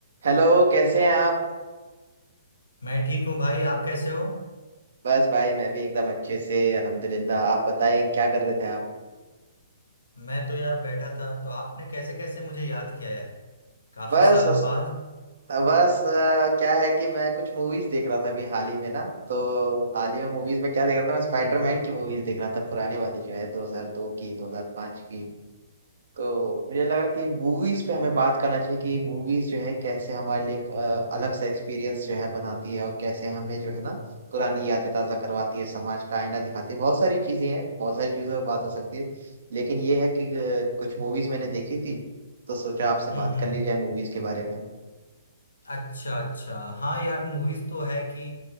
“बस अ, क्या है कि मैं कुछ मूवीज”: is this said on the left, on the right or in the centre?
Right